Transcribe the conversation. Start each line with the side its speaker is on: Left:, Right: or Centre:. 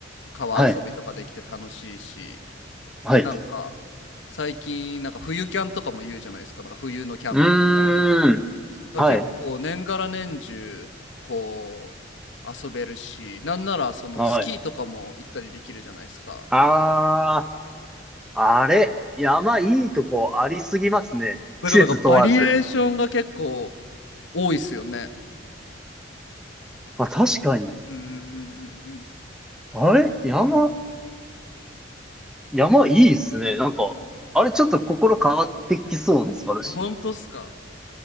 Left: 川遊びとかできて楽しいし
Centre: はい。はい。
Left: なんか最近なんか冬キャンとかも言うじゃないですかなんか冬のキャンプみたいな
Centre: うーん。はい。
Left: 結構年がら年中こう遊べるしなんならそのスキーとかも行ったりできるじゃないですか
Centre: はい。あー。あれ、山いいとこありすぎますね。
Left: だからバリエーションが結構
Centre: 季節問わず。
Left: 多いっすよね
Centre: あ、確かに。
Left: うんうんうん
Centre: あれ、山、山いいっすね。なんか、あれちょっと心変わってきそうです、私。
Left: うんほんとっすか